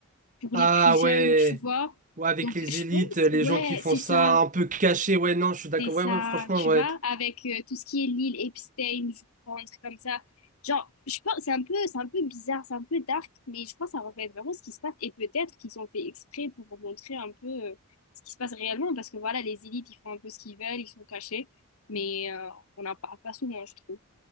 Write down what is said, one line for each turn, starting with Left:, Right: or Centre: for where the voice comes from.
Left: pour
Right: ah,
Left: les plus jeunes,
Right: ouais,
Left: tu vois.
Right: ouais, avec
Left: Donc,
Right: les
Left: je
Right: élites,
Left: pense,
Right: les
Left: ouais,
Right: gens qui font
Left: c'est
Right: ça
Left: ça.
Right: un peu caché, ouais, non, je suis d'accord,
Left: C'est ça,
Right: ouais, ouais, franchement,
Left: tu
Right: ouais.
Left: vois, avec euh, tout ce qui est l'île Epstein, je crois, un truc comme ça. Genre, je pense, c'est un peu, c'est un peu bizarre, c'est un peu dark, mais je pense que ça reflète vraiment ce qui se passe. Et peut-être qu'ils ont fait exprès pour vous montrer un peu euh, ce qui se passe réellement, parce que voilà, les élites, ils font un peu ce qu'ils veulent, ils sont cachés, mais euh, on n'en parle pas souvent, je trouve.